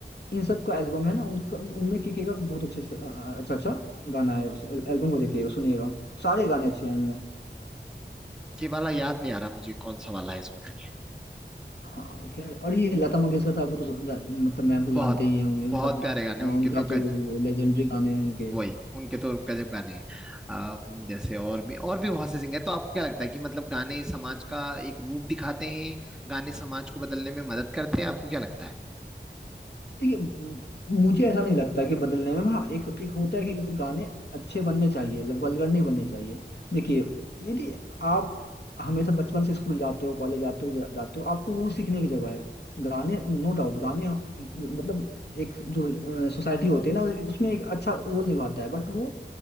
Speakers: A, on the left; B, in the centre.
A: इन सब का एल्बम है ना उनका उनमें किके का बहुत अच्छे से अ, अ, अच्छा अच्छा गाना है उस एल्बम को देखिएगा सुनिएगा सारे गाने अच्छे हैं इनमें
B: ये वाला याद नहीं आ रहा मुझे कौन सा वाला है इसमें करके
A: हाँ खैर और ये लता मंगेशकर साहब को तो सु- जा- मतलब मैम को
B: बहुत
A: जानते ही होंगे उनका
B: बहुत
A: तो
B: प्यारे गाने उनके
A: उनका
B: तो
A: तो
B: गज
A: लेजेंडरी गाने हैं उनके
B: वही उनके तो गजब गाने हैं आ, जैसे और भी और भी बहुत से सिंगर हैं तो आपको क्या लगता है कि मतलब गाने समाज का एक रूप दिखाते हैं गाने समाज को बदलने में मदद करते हैं आपको क्या लगता है
A: देखिए म- मुझे ऐसा नहीं लगता कि बदलने में हाँ एक एक होता है कि गाने अच्छे बनने चाहिए लग- वल्गर नहीं बनने चाहिए देखिए यदि आप हमेशा बचपन से स्कूल जाते हो कॉलेज जाते हो जा, जाते हो आपको वो सीखने की जगह है गाने नो डाउट गाने मतलब एक जो सोसाइटी होती है ना उसमें एक अच्छा रोल निभाता है बट वो